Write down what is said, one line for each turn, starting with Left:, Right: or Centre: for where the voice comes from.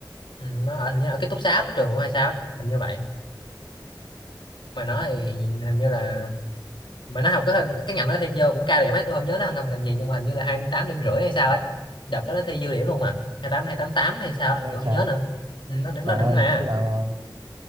Left: ừ, nó ở, hình như ở ký túc xá của trường hay sao ấy hình như vậy mà
Right: ừ.
Left: nó thì hình như là mà nó học cái cái ngành nó thi vô cũng cao điểm ấy tôi không nhớ nó học ngành gì nhưng mà hình như là 28 điểm rưỡi hay sao ấy đợt đó nó thi dư điểm luôn mà hai hai tám, hai tám tám hay sao ấy,
Right: nghe vậy
Left: tôi không
Right: trời
Left: nhớ nữa Ừ, nó đỉnh
Right: trời
Left: nó đỉnh
Right: ơi
Left: mà
Right: thế nào mà-